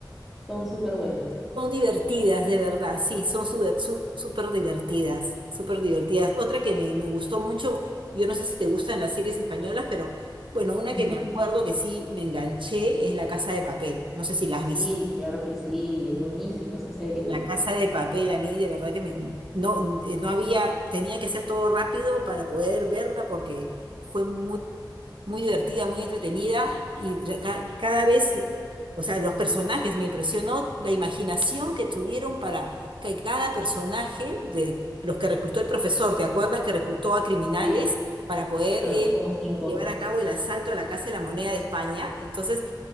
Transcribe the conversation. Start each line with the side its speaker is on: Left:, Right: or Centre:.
Centre: son súper buenas.
Right: Son divertidas, de verdad, sí, son súper su- súper divertidas, súper divertidas. Otra que me, me gustó mucho, yo no sé si te gustan las series españolas, pero bueno, una
Centre: Ujú.
Right: que me acuerdo que sí me enganché es La Casa de Papel, no sé si la has
Centre: Sí,
Right: visto.
Centre: claro que sí, es buenísima esa serie.
Right: La Casa de Papel a mí de verdad que me, no, eh, no había, tenía que hacer todo rápido para poder verla porque fue muy muy divertida, muy entretenida y re- ca- cada vez, o sea, los personajes me impresionó la imaginación que tuvieron para que cada personaje de los que reclutó el profesor, ¿te acuerdas que reclutó a criminales
Centre: Sí,
Right: para poder
Centre: pero
Right: él
Centre: como cinco.
Right: llevar a cabo el asalto a la Casa de la Moneda de España? Entonces,